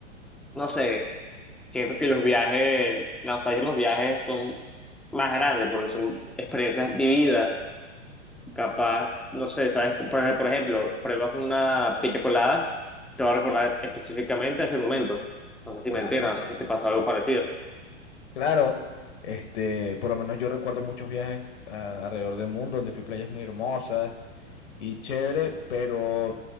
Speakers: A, in the centre; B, on the left.
A: no sé, siento que los viajes, la nostalgia en los viajes son más grandes porque son experiencias vividas. Capaz, no sé, ¿sabes? Por por ejemplo, pruebas una piña colada, te va a recordar específicamente a ese momento. No sé si
B: Claro,
A: me entiendes, no
B: claro.
A: sé si te pasó algo parecido.
B: Claro, este, por lo menos yo recuerdo muchos viajes ah, alrededor del mundo donde fui a playas muy hermosas y chévere, pero